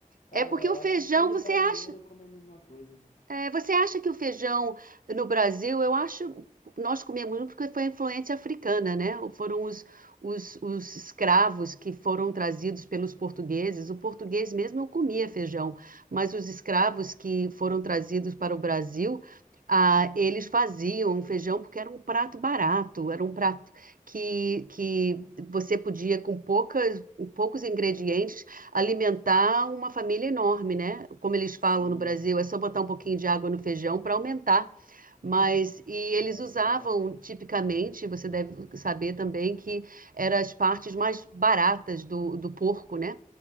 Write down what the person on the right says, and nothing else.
É porque
o feijão,
você
acha,
é, você acha que o feijão no Brasil, eu acho, nós comemos muito porque foi a influência africana, né? Foram os, os, os escravos que foram trazidos pelos portugueses. O português mesmo não comia feijão, mas os escravos que foram trazidos para o Brasil, ah, eles faziam um feijão porque era um prato barato, era um prato que, que você podia, com poucas, com poucos ingredientes, alimentar uma família enorme, né? Como eles
falam no Brasil, é só botar um pouquinho de água no feijão para aumentar.
Mas e eles
usavam
tipicamente, você deve saber também que eram as partes mais baratas do, do porco, né?